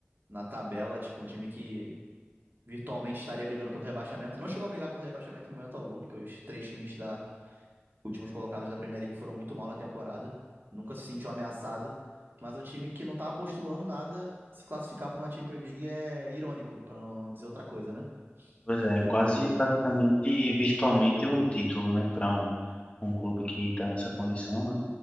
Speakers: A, on the right (about 50°); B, on the left (about 25°).
A: na tabela, tipo, um time que virtualmente estaria brigando pelo rebaixamento. Não chegou a brigar pelo rebaixamento em momento algum, porque os três times da últimos colocados da Premier League foram muito mal na temporada. Nunca se sentiu ameaçado. Mas é um time que não tá postulando nada. Se classificar para uma Champions League é irônico, para não dizer outra coisa, né?
B: Pois é,
A: E.
B: quase praticamente virtualmente um título, né? Para um, um clube que está nessa condição, né?